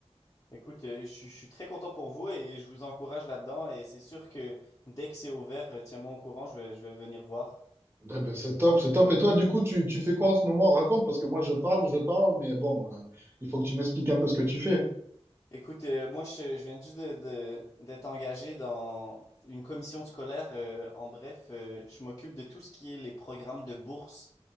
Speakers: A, on the left (about 35°); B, on the right (about 20°).
A: Écoute, euh, je suis je suis très content pour vous et je vous encourage là-dedans et c'est sûr que dès que c'est ouvert, euh, tiens-moi au courant, je vais, je vais venir voir.
B: Ben, ben, c'est top, c'est top. Et toi, du coup, tu, tu fais quoi en ce moment? Raconte, parce que moi, je parle, je parle, mais bon, euh, il faut que tu m'expliques un peu ce que tu fais.
A: Écoute, euh, moi, je, je viens juste de, de- d'être engagé dans une commission scolaire. euh, en bref, euh, je m'occupe de tout ce qui est les programmes de bourse,